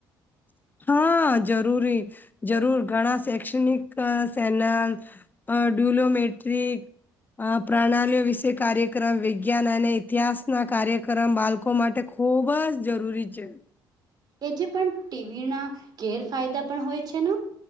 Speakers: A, on the left (about 20°); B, on the right (about 55°).
A: હા જરૂરી જરૂર ઘણા શૈક્ષણિક સેનલ અ ડ્યુલોમેટ્રિક આ પ્રણાલીઓ વિશે કાર્યક્રમ વિજ્ઞાન અને ઇતિહાસના કાર્યક્રમ બાળકો માટે ખૂબ જ જરૂરી છે.
B: એ જે પણ ટીવી ના ઘેર ફાયદા પણ હોય છે ન